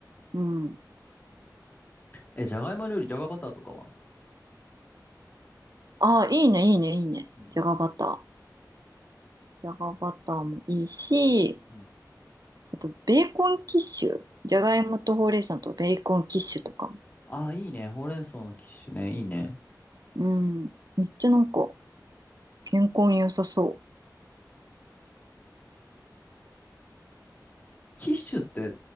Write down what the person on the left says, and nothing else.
え、じゃがいも料理、じゃがバターとかは
うん。
うん。
ああ、いいね。ほうれん草のキッシュね。いいね。
キッシュって